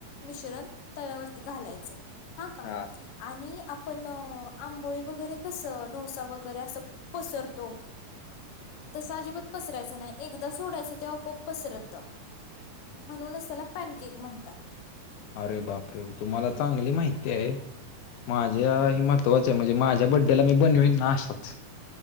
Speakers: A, on the left; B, on the left.
A: मिश्रण तव्यावरती घालायचं हा का?
B: हां,
A: आणि आपण आंबोळी वगैरे कसं डोसा वगैरे असं. पसरतो तस अजिबात पसरायचं नाही एकदा सोडायचं तेव्हा पप पसरत म्हणूनच त्याला पॅनकेक म्हणतात.
B: अरे बापरे तुम्हाला चांगली माहिती आहे. माझ्या हे महत्वाचे म्हणजे माझ्या बड्डेला मी बनवीन ना अशाच